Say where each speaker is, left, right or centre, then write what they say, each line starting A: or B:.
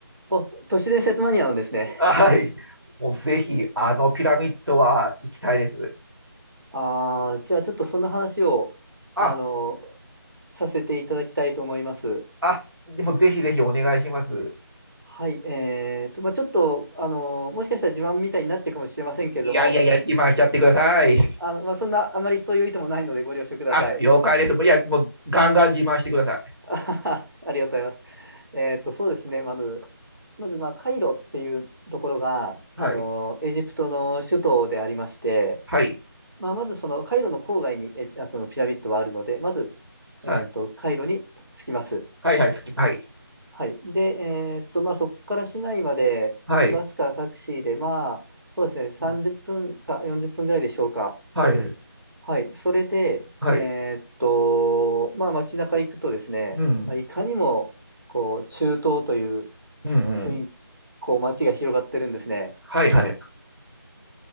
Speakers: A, on the right (about 65°); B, on the right (about 85°).
A: お、都市伝説マニアなんですね。
B: はい。もうぜひ、あのピラミッドは行きたいです。
A: ああ、じゃあちょっとその話を、
B: あ、
A: あの、させていただきたいと思います。
B: あ、でもぜひぜひお願いします。
A: はい、えーと、まあ、ちょっと、あの、もしかしたら自慢みたいになっちゃうかもしれませんけれども、
B: いやいやいや、自慢しちゃってください。
A: あの、まあ、そんな、あまりそういう意図もないのでご了承ください。
B: あ、了解です。もういや、もうガンガン自慢してください。
A: <laughs> あははありがとうございます。えっと、そうですね、まず、まず、まあ、カイロっていうところが、
B: はい。
A: あの、エジプトの首都でありまして、
B: はい。
A: まあ、まずそのカイロの郊外に、え、あそのピラミッドはあるので、まず、
B: はい。
A: えっと、カイロに着きます。
B: はいはい、つき、はい。
A: はい。で、えっと、まあ、そこから市内まで、
B: はい。
A: うんバスかタクシーで、まあ、そうですね、30分か40分ぐらいでしょうか。
B: うんはい。
A: はい、それで、
B: はい。
A: えーっと、まあ、街中行くとですね、
B: うん。
A: まあいかにもこう中東という
B: うんうん。
A: 雰囲気、こう街が広がってるんですね。
B: はいはいはいつき